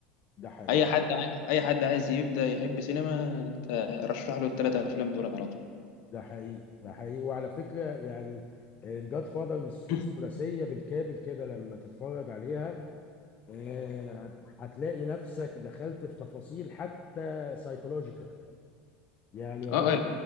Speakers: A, on the left (about 35°); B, on the left (about 65°).
A: ده حقيقي
B: اي حد ع- اي حد عايز يبدا يحب سينما انت رشح له الثلاث افلام دولت على طول
A: ده حقيقي ده حقيقي وعلى فكرة يعني آه، الجاد فاذر
B: <laughs>
A: الثلاثية بالكامل كده لما تتفرج عليها آه، هتلاقي نفسك دخلت في تفاصيل حتى سايكولوجيكال يعني يعني هو
B: اه